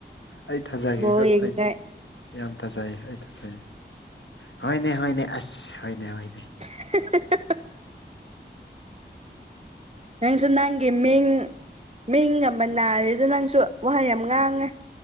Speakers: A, on the left; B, on the right.
A: ꯑꯩ ꯊꯥꯖꯒꯦꯒ
B: ꯕꯣꯜ ꯌꯦꯡꯅꯤꯡꯉꯥꯏ
A: ꯑꯩ ꯌꯥꯝ ꯊꯥꯖꯩꯌꯦ ꯑꯩ ꯊꯥꯖꯩꯌꯦ ꯍꯣꯏꯅꯦ ꯍꯣꯏꯅꯦ ꯑꯁ ꯍꯣꯏꯅꯦ
B: <inaudible> ꯅꯪꯁꯨ ꯅꯪꯒꯤ ꯃꯤꯡ ꯃꯤꯡ ꯑꯃ ꯅꯥꯔꯦꯗ ꯅꯪꯁꯨ ꯋꯥꯍꯩ ꯌꯥꯝ ꯉꯥꯡꯉꯦ